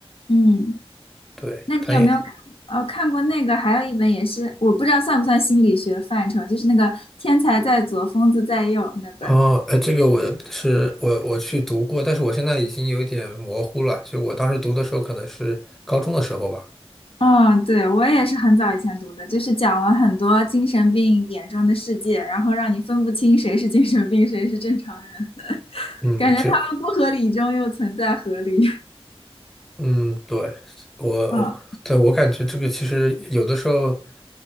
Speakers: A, on the left; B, in the centre.
A: 嗯，
B: 对，
A: 那你有没有看？
B: 他也，
A: 哦，看过那个，还有一本也是，我不知道算不算心理学范畴，就是那个《天才在左，疯子在右》那本。
B: 哦，呃，这个我是我我去读过，但是我现在已经有点模糊了。就我当时读的时候，可能是高中的时候吧。
A: 嗯，对，我也是很早以前读的，就是讲了很多精神病眼中的世界，然后让你分不清谁是精神病，谁是正常人，
B: 嗯，
A: 感觉他们不合理中又存在合理。
B: 其实，嗯，对，我，
A: <laughs> 嗯，
B: 对，我感觉这个其实有的时候